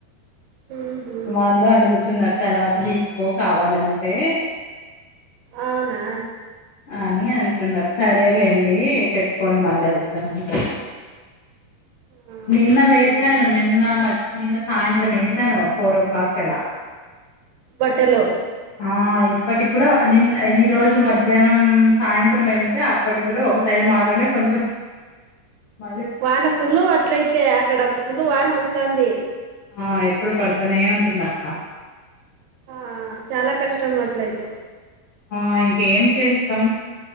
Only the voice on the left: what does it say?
వాళ్ళు అడుగుతున్నారు తర్వాత తీసుకో కావాలంటే
అని అంటున్నారు సరేలేండి పెట్టుకోండి మళ్ళీ అడుగుతాను అ
నిన్న వేసాను
నిన్న మ నిన్న సాయంత్రం వేసాను ఫోర్ ఓ క్లాక్ ఎలా
ఆ ఇప్పటికి కూడా నిన్న ఈ రోజు మధ్యాహ్నం సాయంత్రం వెళ్తే అప్పటికి కూడా ఒక సైడ్ మా కొ మ
ఆ ఎప్పుడు పడుతనే ఉంటుంది అక్క
ఆ ఇంకేం చేస్తాం